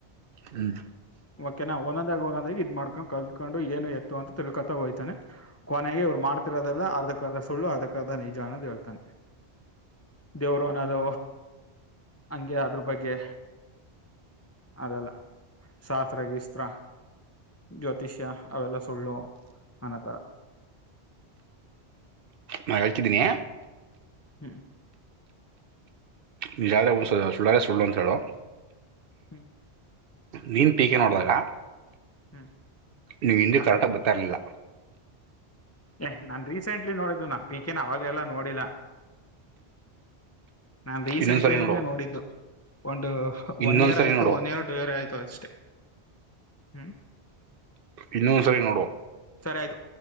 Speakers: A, on the right; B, on the left.
A: ಹ್ಮ್
B: ಓಕೆ ನ ಓಂದೂಂದಗಿ ಓಂದೂಂದಗಿ ಇದ ಮಾಡ್ ಕಲ್ತ್ಕೊಂಡು ಏನು ಎತ್ತು ಅಂತ ತಿಳ್ಕೊತಾ ಹೋಗ್ತಾನೆ ಕೊನೆಗೆ ಇವ್ರು ಮಾಡತಿರೋದಲ್ಲ ಅರ್ದಕ್ ಅರ್ದ ಸುಳ್ಳು ಅರ್ <unintelligible> ನಿಜನ ದೇ ಹಳ್ತಾನೆ ದೇವರು ಅನದು ಹಂಗೆ ಅದ್ರ ಬಗ್ಗೆ ಅದೆಲ್ಲ ಶಸ್ತ್ರ <inaudible> ಜ್ಯೋತಿಷ್ಯ ಅವೆಲ್ಲ ಸುಳ್ಳು ಅನ್ನೊತರ
A: ಹ್ಮ್ <unintelligible> ಹೇಳ್ತಿದ್ದೀನಿ
B: ಹ್ಮ್
A: ನೀಜ ಯಾ <unintelligible> <inaudible> ಸುಳ್ಳು ಅಂತ ಹೇಳು
B: ಹ್ಮ್
A: ನೀನು ಪೀಕೆ ನೋಡಿದಾಗ
B: ಹ್ಮ್
A: ನಿಂಗೆ ಹಿಂದಿ ಕರೆಕ್ಟ್ ಆಗಿ ಬರ್ತಿರ್ಲಿಲ್ಲ
B: ಏ್ ನಾನ್ ರೀಸೆಂಟ್ಲಿ ನೋಡಿದು ಪಿಕೆ ನ ಅವಾಗೆಲ್ಲ ನೋಡಿಲ್ಲ ನಾನ್ ರೀಸೆಂಟ್ಲಿನೆ
A: ಇನ್ನೊಂದ್ಸರಿ ನೋಡು
B: ನೋಡಿದ್ದು ಒಂದು
A: ಇನ್ನೊಂದ್ಸರಿ
B: ಒನ್ ಇಯರ್ ಆಯ್ತು
A: ನೋಡು
B: ಒನ್ ಇಯರ್ ಟು ಇಯರ್ ಆಯ್ತು ಅಷ್ಟೇ ಹ್ಮ್
A: ಇನ್ನೊಂದ್ ಸರಿ ನೋಡು
B: ಸರೆ ಆಯ್ತು